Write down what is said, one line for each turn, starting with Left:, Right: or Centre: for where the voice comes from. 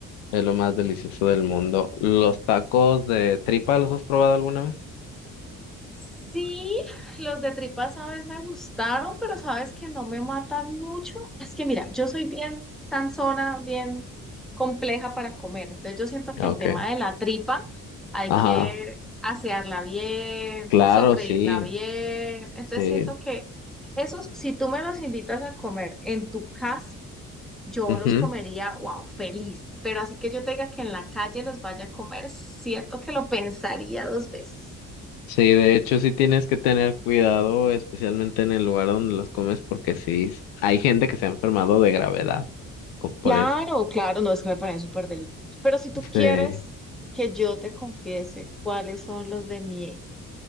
Left: Es lo más delicioso del mundo. ¿Los tacos de tripa los has probado alguna vez?
Centre: Sí, los de tripas, sabes, me gustaron, pero sabes que no me matan mucho. Es que mira, yo soy bien cansona, bien compleja para comer. Entonces yo siento que
Left: Ok.
Centre: el tema de la tripa hay
Left: Ajá.
Centre: que asearla bien,
Left: Claro,
Centre: sofreírla
Left: sí.
Centre: bien. Entonces
Left: Sí.
Centre: siento que esos, si tú me los invitas a comer en tu casa, yo
Left: Ujú.
Centre: los comería, wow, feliz. Pero así que yo tenga que en la calle los vaya a comer, siento que lo pensaría dos veces.
Left: Sí, de hecho sí tienes que tener cuidado, especialmente en el lugar donde los comes, porque sí, s- hay gente que se ha enfermado de gravedad co- por
Centre: Claro,
Left: eso.
Centre: claro, no es que me parecen súper delicados. Pero si tú quieres
Left: Sí.
Centre: que yo te confiese cuáles son los de mi,